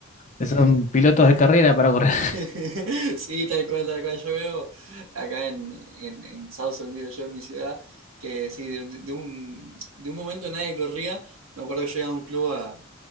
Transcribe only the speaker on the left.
son
pilotos de carrera para correr. <laughs>